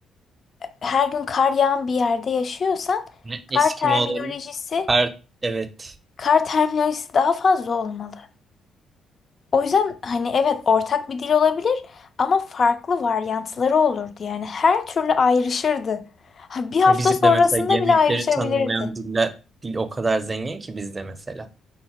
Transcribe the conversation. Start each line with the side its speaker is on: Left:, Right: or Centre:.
Left: her gün kar yağan bir yerde yaşıyorsan
Right: Ne
Left: kar
Right: Eskimoların
Left: terminolojisi
Right: her evet.
Left: kar terminolojisi daha fazla olmalı. O yüzden hani evet ortak bir dil olabilir ama farklı varyantları olurdu. Yani her türlü ayrışırdı. Ha, Bir hafta
Right: Bizim
Left: sonrasında
Right: de mesela yemekleri
Left: bile ayrışabilirdi.
Right: tanımlayan diller, dil o kadar zengin ki bizde mesela.